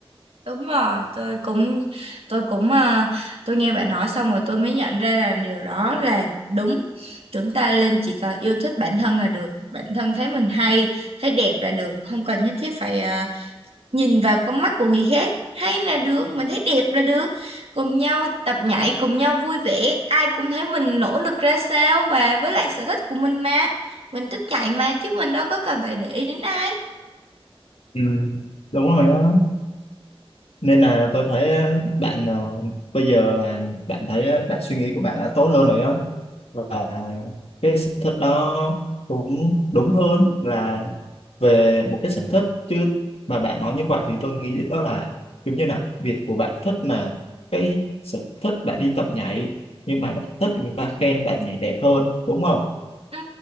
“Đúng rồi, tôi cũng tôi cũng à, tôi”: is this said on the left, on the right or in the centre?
Right